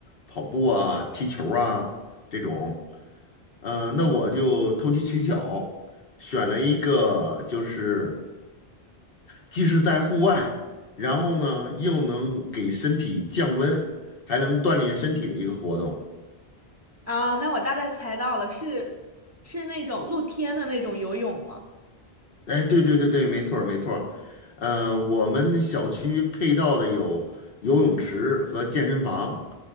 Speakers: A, on the left (about 60°); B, on the right (about 20°).
A: 跑步啊、踢球啊这种。呃，那我就投机取巧，选了一个就是。既是在户外，然后呢又能给身体降温，还能锻炼身体的一个活动。
B: 啊，那我大概猜到了，是是那种露天的那种游泳吗？
A: 哎，对对对对，没错儿没错儿。呃，我们小区配套的有游泳池和健身房，